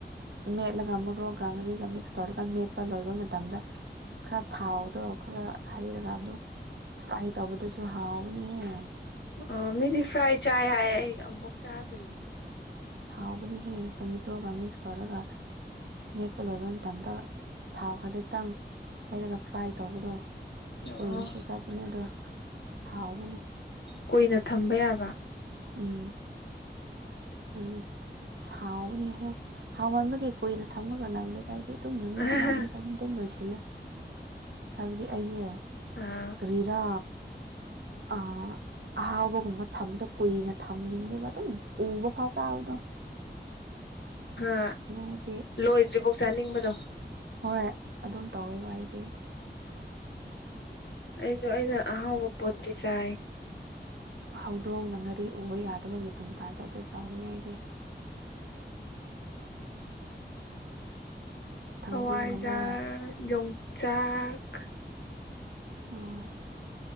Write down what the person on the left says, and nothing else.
ꯑꯣ ꯃꯤꯗꯤ ꯐ꯭ꯔꯥꯏ ꯆꯥꯏ ꯍꯥꯏ ꯑꯩ ꯑꯃꯨꯛꯐꯥꯎ ꯆꯥꯗ꯭ꯔꯤ
ꯑꯣ
ꯀꯨꯏꯅ ꯊꯝꯕ ꯌꯥꯕ
ꯑꯥ
ꯑꯥ
ꯍꯥ
ꯂꯣꯏꯗ꯭ꯔꯤꯐꯥꯎ ꯆꯥꯅꯤꯡꯕꯗꯣ
ꯑꯩꯁꯨ ꯑꯩꯅ ꯑꯍꯥꯎꯕ ꯄꯣꯠꯇꯤ ꯆꯥꯏ
ꯍꯋꯥꯏꯖꯥꯔ ꯌꯣꯡꯆꯥꯛ